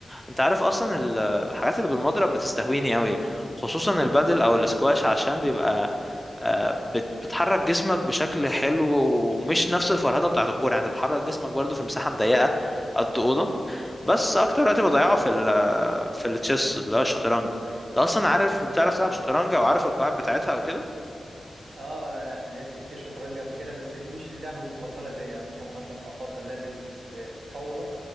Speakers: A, in the centre; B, on the right.
A: انت عارف اصلا ال- الحاجات اللي بالمضرب بتستهويني قوي خصوصا البادل او الاسكواش عشان بيبقى آه، بت- بتحرك جسمك بشكل حلو ومش نفس الفرهده بتاعت الكوره يعني انت بتحرك جسمك برضو في مساحه مضيقه قد اوضه بس اكتر وقت بضيعه في ال في التشيس اللي هو الشطرنج انت اصلا عارف بتعرف تلعب شطرنج او عارف القواعد بتاعتها او كده
B: اه انا يعني لعبت كتير شطرنج قبل كده بس دي مش اللعبه المفضله ليا يعني ممكن مثلا افضل لعبه ال- الطاوله